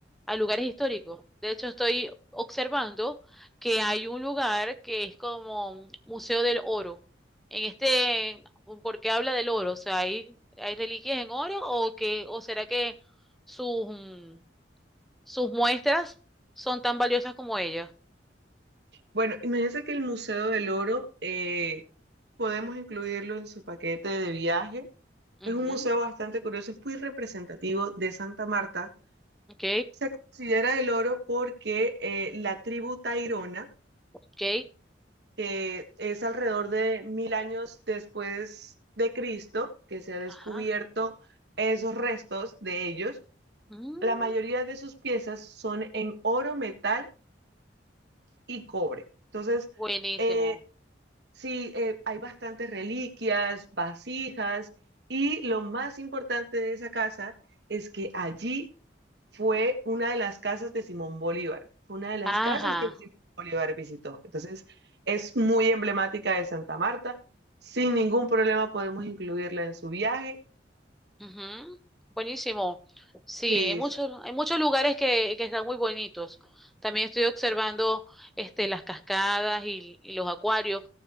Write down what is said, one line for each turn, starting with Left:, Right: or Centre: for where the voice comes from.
Centre: a lugares históricos. De hecho, estoy observando que hay un lugar que es como un Museo del Oro. En este, porque habla del oro, o sea, hay, hay reliquias en oro o que, o será que sus, mm, sus muestras son tan valiosas como ellas.
Right: Bueno, imagínense que el Museo del Oro eh, podemos incluirlo en su paquete de viaje. Es
Centre: Ujú,
Right: un museo bastante curioso, es muy representativo de Santa Marta.
Centre: Ok,
Right: Se considera el oro porque eh, la tribu Tairona,
Centre: ok,
Right: que es alrededor de mil años después de Cristo, que se ha descubierto
Centre: ajá.
Right: esos restos de ellos
Centre: Mm,
Right: La mayoría de sus piezas son en oro, metal y cobre. Entonces,
Centre: buenísimo.
Right: eh, sí, eh, hay bastantes reliquias, vasijas y lo más importante de esa casa es que allí fue una de las casas de Simón Bolívar. Fue una de las
Centre: Ajá.
Right: casas que Simón Bolívar visitó. Entonces, es muy emblemática de Santa Marta. Sin ningún problema podemos incluirla en su viaje.
Centre: Ujú, Buenísimo. Sí,
Right: Sí,
Centre: hay muchos,
Right: sí.
Centre: hay muchos lugares que, que están muy bonitos. También estoy observando este, las cascadas y, y los acuarios,